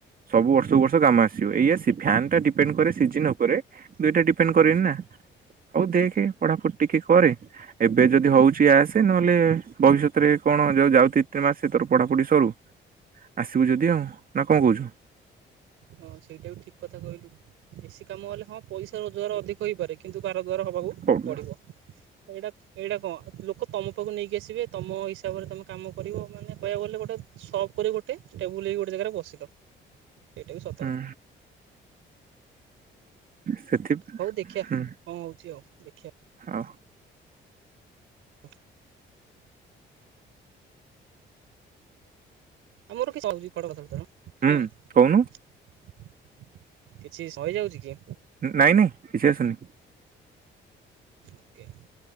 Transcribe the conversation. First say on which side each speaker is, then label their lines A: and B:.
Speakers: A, on the right; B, on the right.
A: ସବୁ ବର୍ଷ କୁ ବର୍ଷ କାମ ଆସୁଥିବ। ଏଇଆ ସେ ଫ୍ୟାନ୍ ଟା ଡିପେଣ୍ଡ କରେ ସିଜିନ ଉପରେ ଦୁଇଟା ଡିପେଣ୍ଡ କରେନି ନା। ହୋଉ ଦେଖେ ପଢାପଢି ଟିକେ କରେ ଏବେ ଯଦି ହଉଛି ଆସେ ନହେଲେ ଭବିଷ୍ୟତରେ କଣ ଯୋଉ ଯାଉ ତିନି ମାସରେ ପଢାପଢି ସରୁ। ଆସିବୁ ଯଦି ଆଉ ନା କଣ କହୁଛୁ?
B: ହଁ ସେଇଟା ବି ଠିକ କଥା କହିଲୁ ବେଶୀ କାମ ହେଲେ ହଁ ପଇସା ରୋଜଗାର ଅଧିକ ହୋଇପାରେ କିନ୍ତୁ ବାର ଦ୍ୱାର ହବାକୁ
A: ହୁଁ
B: ପଡିବ। ଏଇଟା ଏଇଟା କଣ ଲୋକ ତମ ପାଖକୁ ନେଇକି ଆସିବେ ତମ ହିସାବରେ ତମେ କାମ କରିବ ମାନେ କହିବାକୁ ଗଲେ ଗୋଟେ ସପ୍ କରି ଗୋଟେ ଟେବୁଲ ହେଇି ଗୋଟେ ଜାଗାରେ ବସିବ। ସେଇଟା ବି ସ
A: ହଁ। ସେଥି
B: ହଉ ଦେଖିବା
A: ହୁଁ
B: କଣ ହଉଛି ଆଉ ଦେଖିବା।
A: ହଉ।
B: <inaudible> ଆମର କିଛିଉଛି <unintelligible>
A: ହୁଁ କହୁନୁ
B: କିଛି ସହିଯାଉଛି କି?
A: ନାଇଁ ନାଇଁ କିଛି ଆସୁନି।
B: ଓକେ